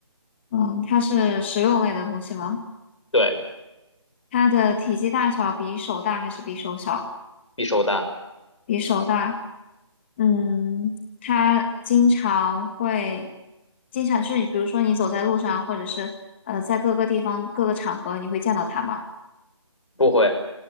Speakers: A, on the left; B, on the left.
A: 嗯，它是实用类的东西吗？
B: 对，
A: 它的体积大小比手大还是比手小？
B: 比手大，
A: 比手大。嗯，它经常会，经常是比如说你走在路上，或者是呃在各个地方、各个场合，你会见到它吗？
B: 不会，